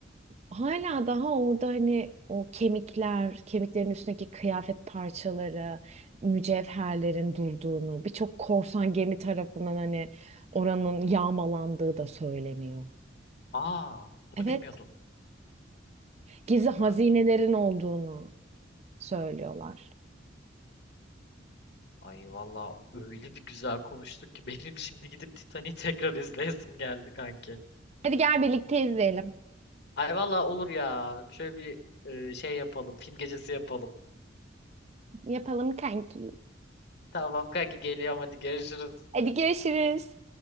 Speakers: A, on the right; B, on the left.
A: Hala daha orada hani o kemikler, kemiklerin üstündeki kıyafet parçaları, mücevherlerin durduğunu, birçok korsan gemi tarafından hani oranın yağmalandığı da söyleniyor.
B: Aa, bunu
A: Evet,
B: bilmiyordum.
A: gizli hazinelerin
B: Kanki.
A: olduğunu söylüyorlar.
B: Ay valla öyle bir güzel konuştuk ki <laughs> benim şimdi gidip Titanic'i tekrar izleyesim geldi kanki.
A: Hadi gel birlikte izleyelim.
B: Ay valla olur ya. Şöyle bir e, şey yapalım. Film gecesi yapalım.
A: Yapalım kanki.
B: Tamam kanki geliyorum hadi görüşürüz.
A: Hadi görüşürüz.